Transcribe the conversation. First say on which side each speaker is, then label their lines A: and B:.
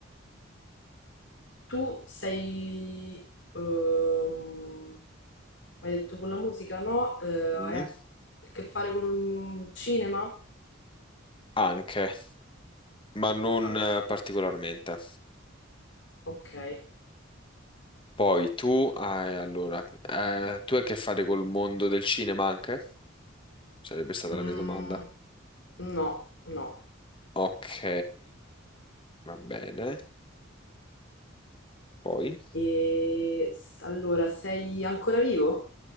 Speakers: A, on the left; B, on the left.
A: tu sei... ehm, hai detto con la musica, no? Eh, hai
B: Mm.
A: a che fare col cinema?
B: Anche, ma non
A: Ah,
B: eh, particolarmente.
A: ok.
B: Poi tu hai, allora, eh, tu hai a che fare col mondo del cinema anche? Sarebbe stata
A: Mm,
B: la mia domanda.
A: no, no.
B: Ok, va bene. Poi?
A: E s- allora, sei ancora vivo?